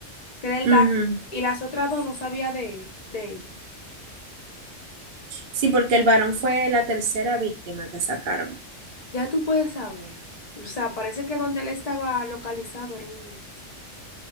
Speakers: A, on the left; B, on the right.
A: que era el
B: ujú.
A: varón, y las otras dos no sabía de él, de ellas.
B: Sí, porque el varón fue la tercera víctima que sacaron.
A: Ya tú puedes saber. O sea, parece que donde él estaba localizado era un...